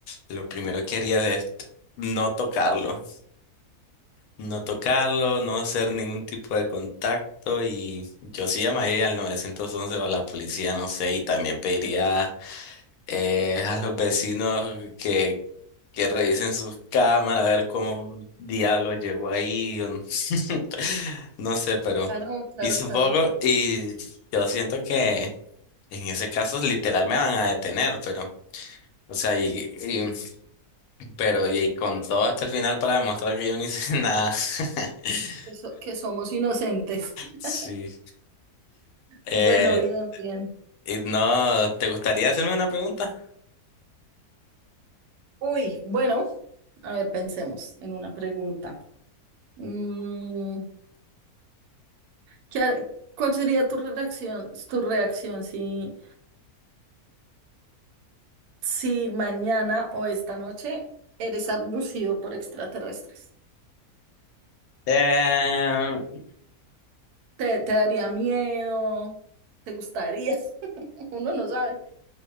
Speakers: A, on the left; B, on the right.
A: Lo primero que haría es no tocarlo, no tocarlo, no hacer ningún tipo de contacto y yo sí llamaría al nueve once o a la policía, no sé, y también pediría eh, a los vecinos que, que revisen sus cámaras, a ver cómo diablos llegó ahí, o no, <laughs> no sé, pero,
B: Claro, claro,
A: y supongo,
B: claro,
A: y yo siento que en ese caso literal me van a detener, pero, o sea, y, y- pero, y con todo hasta el final para demostrar que yo no hice <laughs> nada. <laughs>
B: que, so- que somos inocentes. <laughs>
A: Sí. Eh,
B: Bueno, bien, bien.
A: y no, ¿te gustaría hacerme una pregunta?
B: Uy, bueno, a ver, pensemos en una pregunta. Mm, ¿qué ha- cuál sería tu reacción, tu reacción si, si mañana o esta noche eres abducido por extraterrestres?
A: Eh,
B: ¿Te, te daría miedo? ¿Te gustaría? <laughs> Uno no sabe.